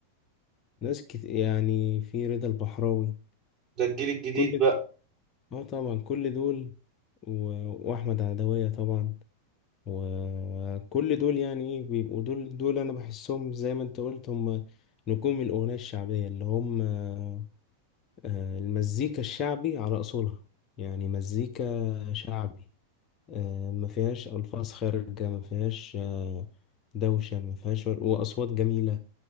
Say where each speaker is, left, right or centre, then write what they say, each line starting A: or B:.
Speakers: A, on the left; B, on the right.
A: ناس كت... يعني في رضا البحراوي
B: ده الجيل الجديد
A: كل
B: بقى
A: اه طبعا كل دول و... واحمد عدوية طبعا وكل دول يعني ايه بيبقوا دول دول انا بحسهم زي ما انت قلت هم نجوم الاغنية الشعبية اللي هم آه، المزيكا الشعبي على اصولها يعني مزيكا شعبي آه، ما فيهاش الفاظ خارجة ما فيهاش آه، دوشة ما فيهاش وأصوات جميلة